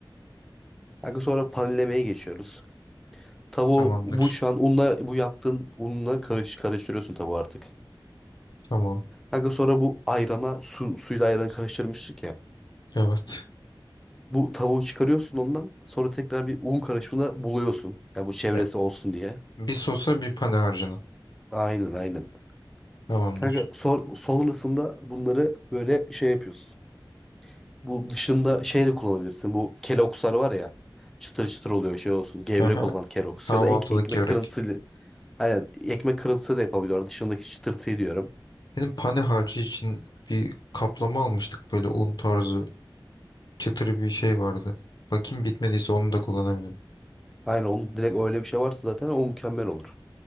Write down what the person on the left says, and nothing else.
Tamamdır.
Tamam.
Evet.
E,
bir sosa bir pane harcına.
Tamamdır.
Aha,
kahvaltılık
börek.
Benim pane harcı için bir kaplama almıştık böyle un tarzı çıtırı bir şey vardı. Bakayım bitmediyse onu da kullanabilirim.